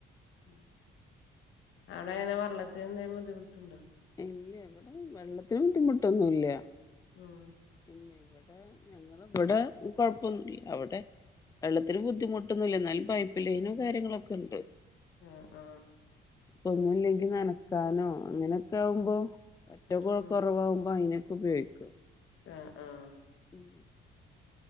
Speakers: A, on the left (about 80°); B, on the left (about 15°).
A: ഉം അവിടെ അങ്ങനെ വെള്ളത്തിൽ എന്തേലും ബുദ്ധിമുട്ടുണ്ടോ
B: ഇല്ല ഇവിടെ വെള്ളത്തിന് ബുദ്ധിമുട്ടൊന്നുല്ല
A: ഉം
B: പിന്നെ ഇവിടെ ഞങ്ങൾ ഇവിടെ കൊഴപ്പൊന്നുല്ല അവിടെ വെള്ളത്തിന് ബുദ്ധിമുട്ടൊന്നില്ല എന്നാലും പൈപ്പ് ലൈനും കാര്യങ്ങളുംക്കെ ഉണ്ട്
A: ആഹ് ആഹ്
B: ഇപ്പൊ ഒന്നുല്ലെങ്കി നനക്കാനോ അങ്ങനെയൊക്കെ ആകുമ്പോ പറ്റ
A: ഉം ഉം
B: കുറവാകുമ്പോൾ അയിനൊക്കെ ഉപയോഗിക്കും
A: ആഹ് ആഹ്
B: ഉം